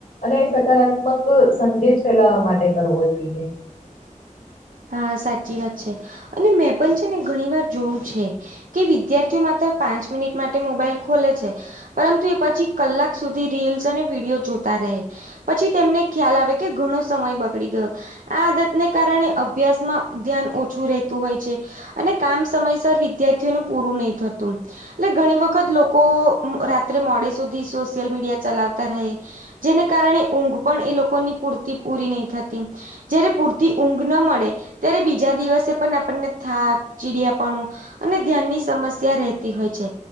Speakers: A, on the left; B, on the right.
A: અને સકારાત્મક સંદેશ ફેલાવા માટે કરવો જોઈએ
B: હા સાચી વાત છે અને મેં પણ છે ને ઘણી વાર જોયું છે. કે વિદ્યાર્થીઓ માત્ર પાંચ મિનિટ માટે મોબાઈલ ખોલે છે. પરંતુ એ પછી કલાક સુધી રીલ્સ અને વિડીયો જોતા રહે. પછી તેમને ખ્યાલ આવે કે ઘણો સમય બગડી ગયો આ આદતને કારણે અભ્યાસમાં ધ્યાન ઓછું રહેતું હોય છે અને કામ સમયસર વિદ્યાર્થીઓનું પૂરું નહી થતું. એટલે ઘણી વખત લોકો અ રાત્રે મોડે સુધી સોશિયલ મીડિયા ચલાવતા રહે જેને કારણે ઊંઘ પણ એલોકોની પૂરતી પૂરી નઈ થતી. જયારે પૂરતી ઊંઘ ન મળે ત્યારે બીજા દિવસે પન આપણને થાક, ચીડિયાપણું અને ધ્યાનની સમસ્યા રહેતી હોય છે